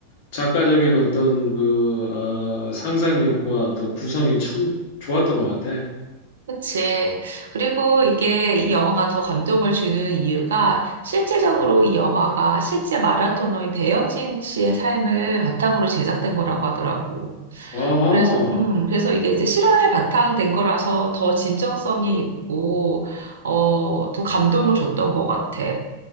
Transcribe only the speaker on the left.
작가적인 어떤 그 어, 상상력과 어떤 구성이 참 좋았던 것 같아.
아하.